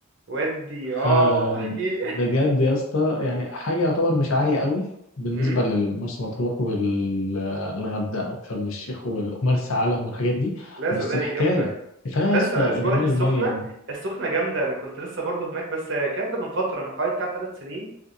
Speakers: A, on the right; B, on the left.
A: ودي اه
B: آه
A: احكي لي
B: بجد يا اسطى يعني حاجه يعتبر مش عاليه قوي
A: <laughs>
B: بالنسبه
A: امم
B: لمرسى مطروح والغردقه وشرم الشيخ ومرسى علم والحاجات دي
A: لا
B: بس
A: صدقني
B: حكايه
A: جامده
B: كفايه يا
A: لسه
B: اسطى
A: لسه بقول
B: جمال
A: لك السخنه
B: الميه و-
A: السخنه جامده انا كنت لسه برضه هناك بس الكلام ده من فتره من حوالي بتاع ثلاث سنين